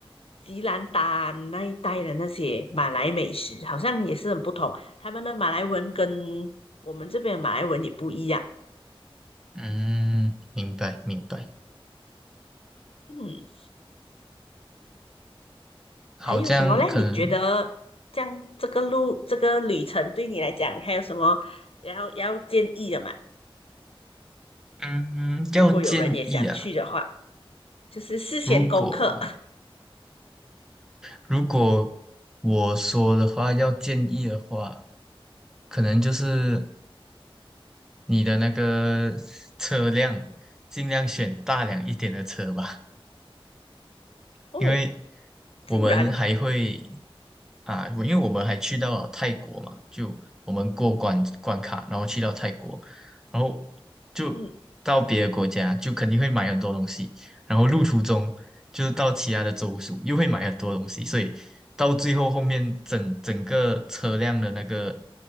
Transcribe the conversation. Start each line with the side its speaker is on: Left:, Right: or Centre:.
Left: 吉兰丹那一带的那些马来美食，好像也是很不同。他们的马来文跟我们这边的马来文也不一样。
Centre: 嗯，明白明白。
Left: 嗯，
Centre: 好，
Left: 还有什么嘞？
Centre: 这样可能，
Left: 你觉得这样这个路这个旅程对你来讲还有什么要要建议的吗？
Centre: 嗯，
Left: 如果有人也想去的话，
Centre: 要建议啊。
Left: 就是事先功课
Centre: 如果如果我说的话，要建议的话，可能就是你的那个 <laughs> 车辆尽量选大辆一点的车吧。
Left: <laughs> 哦，
Centre: 因为
Left: 竟然
Centre: 我们还会啊，我因为我们还去到了泰国嘛，就我们过关关卡，然后去到泰国，然后就到别的国家，
Left: 嗯。
Centre: 就肯定会买很多东西，然后路途中就是到其他的州属又会买很多东西，所以到最后后面整整个车辆的那个